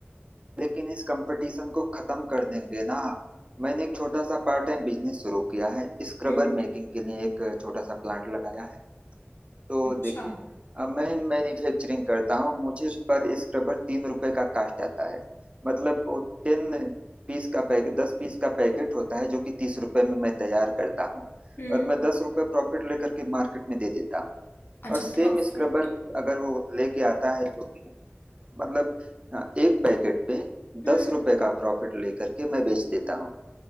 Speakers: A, on the right; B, on the left.
A: लेकिन इस कंपटीशन को खत्म कर देंगे ना मैंने एक छोटा सा पार्ट टाइम बिजनेस शुरू किया है स्क्रबर
B: हम्म
A: मेकिंग के लिए एक छोटा सा प्लांट लगाया है तो
B: अच्छा
A: देखिए अब मैं मैन्युफैक्चरिंग करता हूँ मुझे पर स्क्रबर तीन रुपए का कास्ट आता है मतलब वो टेन पीस का पैकेट दस पीस का पैकेट होता है जो कि तीस रुपए में मैं तैयार करता हूँ
B: हम्म
A: और मैं दस रुपए प्रॉफिट लेकर के मार्केट में दे देता हूँ
B: अच्छा
A: और सेम
B: प्रॉफिट
A: स्क्रबर अगर वो लेके आता है जो कि मतलब अ, एक पैकेट पे
B: हम्म
A: दस रुपए का प्रॉफिट लेकर के मैं बेच देता हूँ